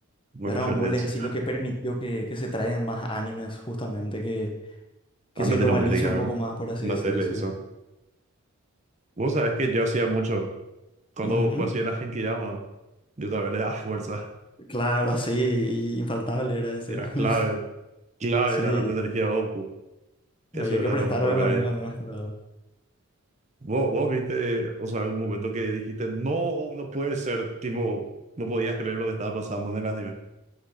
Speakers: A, on the right (about 30°); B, on the left (about 20°).
A: Bueno,
B: Dragon
A: yo le
B: Ball
A: decía,
B: es así lo que permitió que, que se traigan más animes, justamente, que, que
A: a Latinoamérica,
B: se globalice un poco
A: en
B: más, por así
A: la
B: decirse.
A: tele, eso. Vos sabés que yo hacía mucho, cuando
B: Ujú.
A: hacía la Genkidama, yo también le daba fuerza,
B: Claro, sí, infaltable era ese.
A: era
B: <laughs>
A: clave, clave
B: Sí.
A: era la energía Goku, eso
B: Había
A: era
B: que prestar
A: lo mejor
B: también
A: que había.
B: la nuestra.
A: Vos, vos viste, o sea, algún momento que dijiste, no, no puede ser, tipo, no podías creer lo que estaba pasando en el anime.